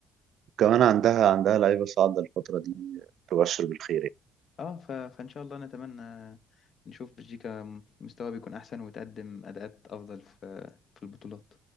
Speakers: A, on the right; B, on the left.
A: وكمان عندها عندها لعيبة صاعدة الفترة دي تبشر بالخير يعني.
B: اه ف- فإن شاء الله نتمنى نشوف بلجيكا مستواها بيكون أحسن وتقدم أداءات أفضل في في البطولات